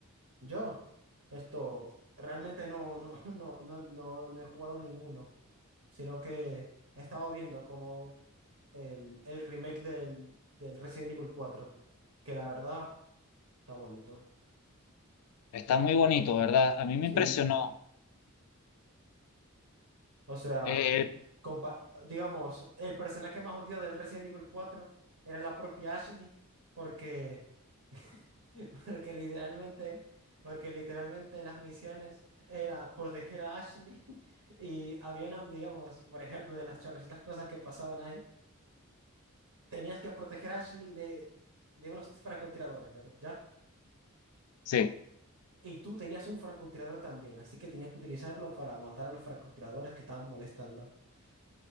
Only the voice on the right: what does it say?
Yo, esto, realmente no, no, <laughs> no, no, no, no he jugado ninguno, sino que he estado viendo como el, el remake del, del Resident Evil cuatro, que la verdad está bonito.
Sí,
o sea,
compa- digamos, el personaje más odiado del Resident Evil cuatro era la propia Ashley, porque <laughs> Porque literalmente, porque literalmente las misiones era proteger a Ashley <laughs> y había una, digamos, por ejemplo, de las chorrocientas cosas que pasaban ahí, tenías que proteger a Ashley de, de unos francotiradores, ¿verdad? ¿Ya?
Y tú tenías un francotirador también, así que tenías que utilizarlo para matar a los francotiradores que estaban molestando. <laughs>